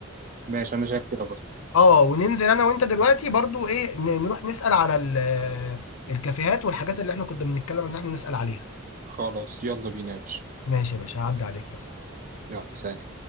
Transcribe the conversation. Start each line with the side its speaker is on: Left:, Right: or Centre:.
Right: ماشي انا شايف كده برضه
Left: اه وننزل انا وانت دلوقتي برضو ايه ن- نروح نسأل على ال- الكافيهات والحاجات اللي احنا كنا بنتكلم ان احنا نسأل عليها
Right: خلاص يلا بينا يا باشا
Left: ماشي يا باشا هعدي عليك يلا
Right: يلا سلام